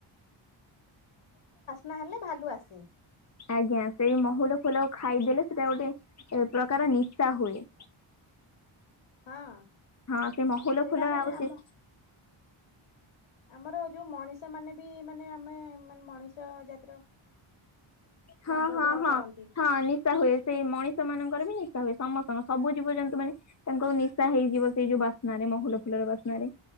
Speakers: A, on the left; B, on the left.
A: ନହେଲେ ଭାଲୁ ଆସେ।
B: ଆଜ୍ଞା ସେଇ ମହୁଲ ଫୁଲ ଖାଇଦେଲେ ସେଟା ଗୋଟେ ଏ ପ୍ରକାର ନିଶା ହୁଏ।
A: ହଁ।
B: ହଁ ସେ ମହୁଲ
A: ସେଇଟା
B: ଫୁଲ
A: ମାନେ
B: ଆଉ
A: ଆମ
B: ସେ
A: ଆମର ଯୋଉ ମଣିଷ ମାନେ ବି ମାନେ ଆମେ ମାନେ ମଣିଷ ଜା
B: ହଁ
A: ବ୍ୟବହାର
B: ହଁ ହଁ
A: କରନ୍ତି
B: ହଁ ନିଶା ହୁଏ ସେଇ ମଣିଷ ମାନଙ୍କର ବି ହୁଏ। ସମସ୍ତଙ୍କ ସବୁ ଜୀବଜନ୍ତୁ ମାନେ ତାଙ୍କର ନିଶା ହେଇଯିବ ସେଇ ଯୋଉ ବାସ୍ନାରେ ମହୁଲ ଫୁଲର ବାସ୍ନାରେ।